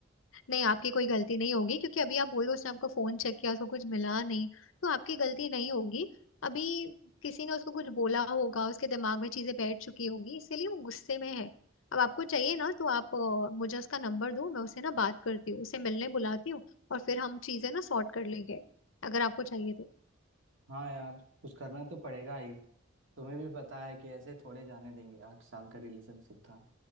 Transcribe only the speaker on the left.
नहीं आपकी कोई गलती नहीं होगी क्योंकि अभी आप बोल रहे हो उसने आपका फोन चेक किया उसको कुछ मिला नहीं तो आपकी गलती नहीं होगी अभी किसी ने उसको कुछ बोला होगा उसके दिमाग में चीजें बैठ चुकी होगी इसीलिए वो गुस्से में है अब आपको चाहिए ना तो आप अ, मुझे उसका नंबर दो मैं उससे ना बात करती हूँ उसे मिलने बुलाती हूँ और फिर हम चीजें ना सॉर्ट कर लेंगे अगर आपको चाहिए तो